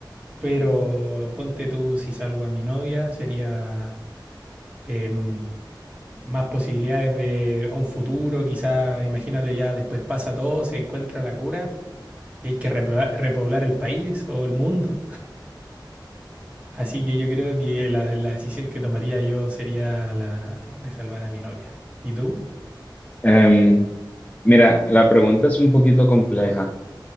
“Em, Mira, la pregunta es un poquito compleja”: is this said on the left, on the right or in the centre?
Left